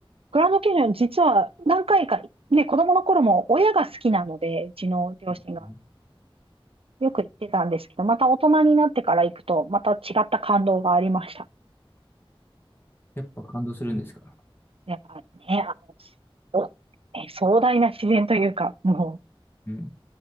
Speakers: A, on the right; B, on the left.
A: グランドキャニオン、実は何回か、ね、子供の頃も親が好きなので、うちの両親が
B: うん
A: よく行ってたんですけど、また大人になってから行くと、また違った感動がありました。
B: やっぱ感動するんですか
A: やっぱね、あの、おえ、壮大な自然というか、もう、
B: うん。